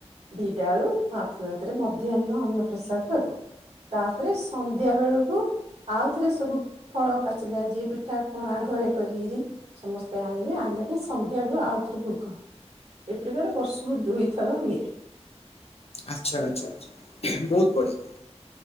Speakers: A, on the right (about 65°); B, on the left (about 65°).
A: ଦିଇଟା ବେଳୁ ମହାପ୍ରାତରେ ମଧ୍ୟାହ୍ନ ଅନ୍ନପ୍ରସାଦ ହେବ। ତାପରେ ସନ୍ଧ୍ୟା ବେଳକୁ। ଆଉଥରେ ସବୁ ଫଳ ପାଚିଲା ଯିଏ ପିଠା ପଣା ଘରେ କରିକିରି ସମସ୍ତେ ଆଣିବେ ଆଣିଲା ପରେ ସନ୍ଧ୍ୟାବେ ଆଉଥରେ ଭୋଗ ଏପ୍ରକାର ବର୍ଷକୁ ଦୁଇଥର ହୁଏ
B: ଆଚ୍ଛା ଆଛା ଆଛା ବହୁତ ବଢିଆ